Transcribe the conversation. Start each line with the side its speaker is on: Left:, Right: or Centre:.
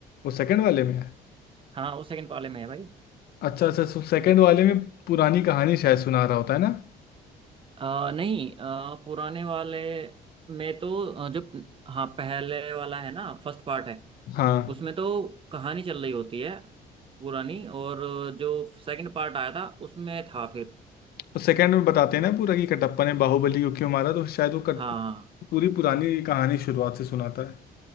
Left: वो सेकंड वाले में है
Right: हाँ वो सेकंड वाले में है भाई
Left: अच्छा अच्छा सो सेकंड वाले में पुरानी कहानी शायद सुना रहा होता है ना
Right: आ, नहीं आ, पुराने वाले में तो अ, जो हाँ पहले वाला है ना फर्स्ट पार्ट है
Left: हाँ
Right: उसमें तो कहानी चल रही होती है पुरानी और जो सेकंड पार्ट आया था उसमें था फिर
Left: तो सेकंड में बताते हैं ना पूरा कि कटप्पा ने बाहुबली को क्यों मारा तो शायद वो कट
Right: हाँ
Left: पूरी पुरानी कहानी शुरुआत से सुनाता है